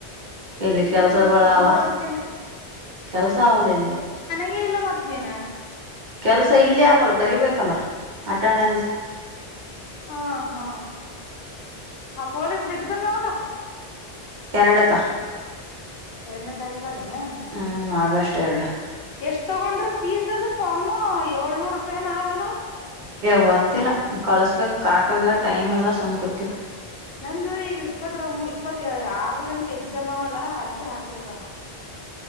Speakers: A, on the right; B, on the left.
A: ಎಲ್ಲಿ
B: ಹ್ಮ್
A: ಕೆಲ್ಸಗಳಾವ
B: ಬಂದ್ ಹೋಗ್ಬೇಕಿಲ್ಲ
A: ಕೆಲ್ಸ ಆಗಲ್ಲ ಇಲ್ಲಿ
B: ಹ ಎಲ್ಲ ಮತ್ ನೀೇನಾ
A: ಕೆಲ್ಸ ಇಲ್ಲಿ ಆಲ್ಲ ಬರಿಬೇಕಲ್ಲ ಆಠಣ ಅನ್ಸ
B: ಹಾ ಹಾ ಹಾ ಪೊಲಸ್ ದಿಗ್ಮ ಯವಕ
A: ಎರಡಕ್ಕ
B: ಎರಡನೇ ತಾರೀಕು ದನಾ
A: ಹ್ಮ್ ಆಗಸ್ಟ್ ಎರಡು
B: ಎಷ್ಟ್ ತಗೊಂಡ್ರ ಫೀಸ್ ಅದು ಪಾಮ ಏಳ್ನೂರು ರೂಪಾಯನ ಆದಲ್ಲಾ
A: ಹೊರ್ತಿಲ್ಲ ಕಳ್ಸ್ಬೇಕಕ್ ಕಾಕಾಗ ಟೈಮ್ ಎಲ್ಲ ಸುಮ್ಕತಿೀವಿ
B: ನಂದು ಈಗ ಇಪ್ಪತ್ೊ ಇಪ್ಪತ್ ಆರ್ಲಿಂತ ಎಕ್ಸಾಮ್ ಅವಲ್ಲ ಅದಕ್ಕೆೆ ಹಾಕ್ಲಿಲ್ಲ ನಾ